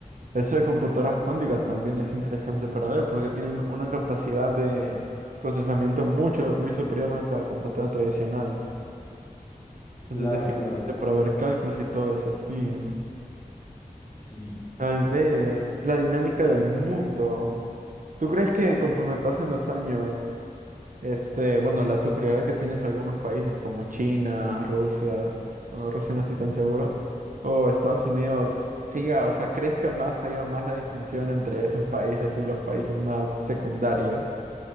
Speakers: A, on the right (about 70°); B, on the left (about 25°).
A: Eso de computadoras cuánticas también es interesante para ver porque tienen una capacidad de procesamiento mucho, muy superior a nuestra computadora tradicional. Entonces,
B: claro,
A: definitivamente
B: claro,
A: para ver cálculos y todo eso, sí.
B: sí.
A: Tal vez
B: Eh,
A: la dinámica del mundo. ¿Tú crees que conforme pasen los años, este, bueno, la superioridad que tienes algunos países como China, Rusia, bueno, Rusia no estoy tan seguro, o Estados Unidos siga, o sea, crezca más, haya más la distinción entre esos países y los países más secundarios?